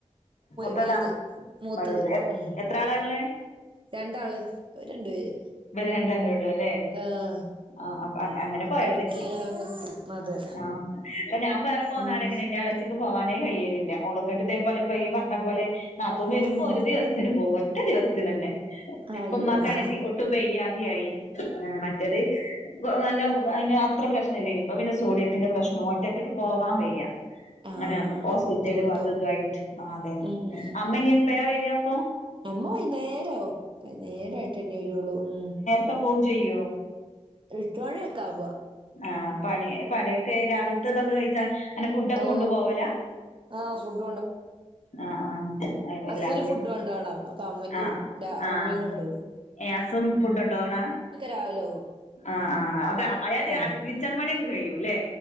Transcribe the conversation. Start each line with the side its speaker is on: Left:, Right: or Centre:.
Left: മൂത്തതാ
Right: വലുത് മൂത്തത്
Left: വലുത്
Right: ഉം.
Left: എത്ര ആളാ ഇള്ളേ
Right: രണ്ടാള് ഓര് രണ്ടു പേര്.
Left: ഇവര് രണ്ടല്ലേ ഉള്ളൂ അല്ലേ.
Right: ആഹ്.
Left: ആഹ് അപ്പ അങ്ങനെ പോയമതിയായിനു
Right: എടക്ക് ഇങ്ങനെ വന്ന് നിക്കും അതെ
Left: ആഹ് അപ്പൊ ഞാൻ വേറെ പോന്നാരെ
Right: ഉം
Left: എങ്ങനെ ഇന്റെ എളേ ച്ചി ഇപ്പം പോവാനേ കഴിയലില്ല ഓള് ഇങ്ങട്ട് ഇതേ പോലെ ഇപ്പ നീ പറഞ്ഞ പോലെ നാത്തൂൻ വരുമ്പോ
Right: ആഹ്.
Left: ഒരു ദിവസ ത്തിന് പോകും ഒറ്റ ദിവസത്തിന് തന്നെ
Right: അയ്യോടാ
Left: ഇപ്പം ഉമ്മാക്കാണെ ഒട്ടും വയ്യാതെ ആയി. ആഹ് മറ്റേത്. നല്ല അതിന് അത്ര പ്രശ്നമില്ലായിന് ഇപ്പൊ പിന്നെ സോഡിയത്തിന്റെ പ്രശ്നോ ഒറ്റയ്ക്ക് ഇട്ട് പോവാൻ വയ്യാ.
Right: ആഹ്
Left: അങ്ങനെ ഹോസ്പിറ്റലും
Right: ബുദ്ധിമുട്ടാവും
Left: അതും ഇതുമായിട്ട് ആഹ് അത് തന്നെ
Right: ഉം ഉം
Left: അമ്മ ഇനി എ എപ്പയാ വര അപ്പൊ
Right: അമ്മ വൈന്നേരം ആവും വൈന്നേരം ആയിട്ടെന്നെ വരുള്ളൂ ഉം
Left: ഇപ്പം പോകും ചെയ്യോ
Right: എട്ട് മണിയൊക്കെ ആവുംബോ
Left: ആഹ് പണി പണിയൊക്കെ രാവിലെ <unintelligible> കഴിച്ചാൻ അങ്ങെ ഫുഡൊക്കെ
Right: ഓ
Left: കൊണ്ടു പോവലാ
Right: ആഹ് ഫുഡ്
Left: ആഹ് ആഹ്
Right: ഹസ്ന്
Left: എല്ലാതും
Right: ഫുഡ്
Left: കഴി
Right: കൊണ്ടോവണം അപ്പൊ അമ്മയ്ക്കും
Left: ആഹ് ആഹ്
Right: അമ്മയും കൊണ്ടുപോകും
Left: ഏ ഹസും ഫുഡ് കൊണ്ടോവണാ
Right: രാവിലെ ആവും
Left: ആഹ് ആഹ് അപ്പൊ അതായത്
Right: ആഹ്
Left: അടു- കിച്ചൺ പണിയൊക്കെ കഴിയൂ ല്ലേ